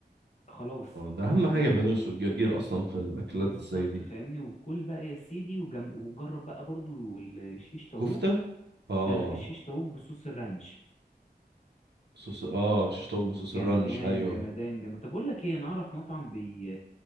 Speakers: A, on the left (about 40°); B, on the right (about 80°).
A: خلاص
B: آه، ده اهم حاجه
A: انت
B: البقدونس والجرجير اصلا في الاكلات
A: بالظبط
B: زي دي
A: فاهمني وكل بقى يا سيدي وجم... وجرب بقى برضو الشيش طاووق
B: كفته اه
A: لا لا الشيش طاووق بصوص الرانش
B: صوص اه شيش طاووق بصوص
A: جمدان
B: الرنش ايوه
A: جمدان جمدان طب اقول لك ايه انا اعرف مطعم بي